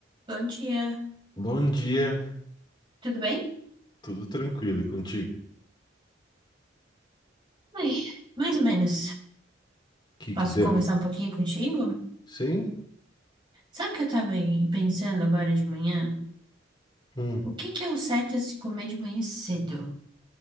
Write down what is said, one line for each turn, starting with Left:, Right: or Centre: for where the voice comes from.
Right: Bom dia,
Left: Bom dia,
Right: tudo bem?
Left: tudo tranquilo e contigo? O
Right: Ai, Mais ou menos.
Left: que
Right: Posso
Left: que deu?
Right: conversar um pouquinho contigo?
Left: Sim?
Right: Sabe o que eu tava em- pensando agora de manhã?
Left: Hum,
Right: O que que é o certo a se comer de manhã cedo?